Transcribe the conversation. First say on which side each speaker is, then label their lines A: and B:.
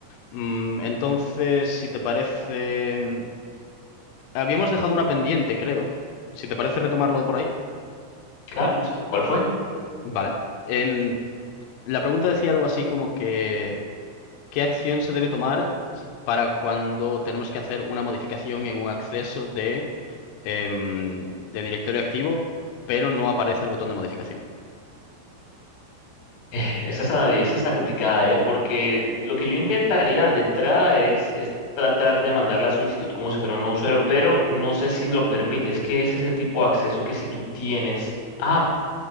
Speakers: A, on the left; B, on the left.
A: Mm, entonces, si te parece... mm, Habíamos dejado una pendiente, creo. Si te parece retomarlo por ahí.
B: Claro, sí, ¿Cuál fue? <laughs>
A: Vale. Em, la pregunta decía algo así como que ¿qué acción se debe tomar para cuando tenemos que hacer una modificación en un acceso de, em, de directorio activo, pero no aparece el botón de modificación?
B: Eh, esta está, esta está complicada, ¿eh? Porque lo que yo intentaría de entrada es, es tratar de mandar la solicitud como si fuera un nuevo usuario, pero no sé si lo permite. Es que ese es el tipo de acceso que si tú tienes. Ah,